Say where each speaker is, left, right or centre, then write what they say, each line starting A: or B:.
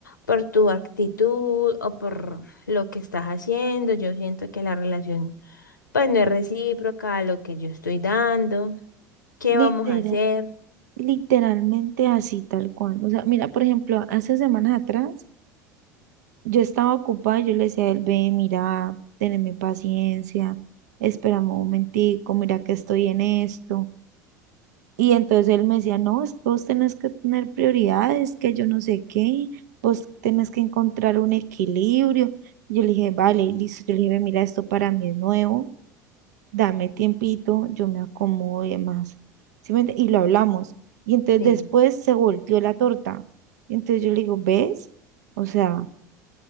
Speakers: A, on the left; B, on the right.
A: por tu actitud o por lo que estás haciendo. Yo siento que la relación pues no es recíproca a lo que yo estoy dando. ¿Qué
B: Literal.
A: vamos a hacer?
B: Literalmente así, tal cual. O sea, mira, por ejemplo, hace semanas atrás yo estaba ocupada y yo le decía a él, ve, mira, teneme paciencia, espérame un momentico, mira que estoy en esto. Y entonces él me decía, no, es que vos tenés que tener prioridades, que yo no sé qué, vos tenés que encontrar un equilibrio. Yo le dije, vale, listo. Yo le dije, "Ve, mira, esto para mí es nuevo dame tiempito, yo me acomodo y demás. ¿Sí me ent- Y lo hablamos. Y entonces
A: Sí.
B: después se volteó la torta. Y entonces yo le digo, ¿ves? O sea,